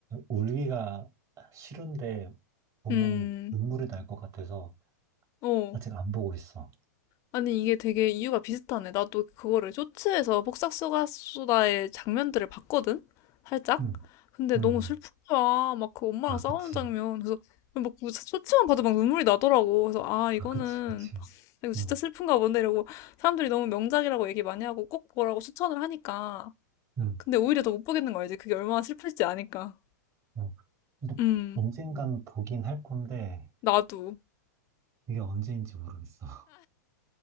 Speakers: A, on the right; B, on the left.
A: 울기가 싫은데, 보면
B: 음.
A: 눈물이 날 것 같아서,
B: 어.
A: 아직 안 보고 있어.
B: 아니, 이게 되게 이유가 비슷하네. 나도 그거를 쇼츠에서 폭삭소가수다의 장면들을 봤거든? 살짝?
A: 응,
B: 근데
A: 응,
B: 너무
A: 응.
B: 슬픈 거야. 막 그 엄마랑
A: 아,
B: 싸우는
A: 그치.
B: 장면. 그래서 막그 쇼츠만 봐도 막 눈물이 나더라고. 그래서 아, 이거는,
A: 아, 그치, 그치.
B: 이거 진짜
A: 응,
B: 슬픈가 본데 이러고 사람들이 너무 명작이라고 얘기 많이 하고 꼭 보라고 추천을 하니까.
A: 응.
B: 근데 오히려 더 못 보겠는 거 알지? 그게 얼마나 슬플지 아니까.
A: 어, 근데
B: 음,
A: 언젠간 보긴 할 건데,
B: 나도.
A: 그게 언제인지 모르겠어.